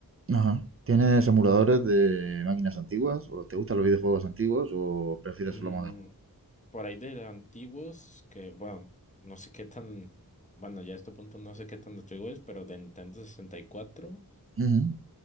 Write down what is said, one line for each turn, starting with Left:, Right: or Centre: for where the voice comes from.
Right: Ajá. ¿Tienes emuladores de máquinas antiguas? ¿O te gustan los videojuegos antiguos? ¿O prefieres
Left: Mm,
Right: lo moderno?
Left: por ahí de antiguos, que bueno, no sé qué tan, bueno, ya a este punto no sé qué tan antiguo es, pero de Nintendo sesenta y cuatro
Right: Ujú,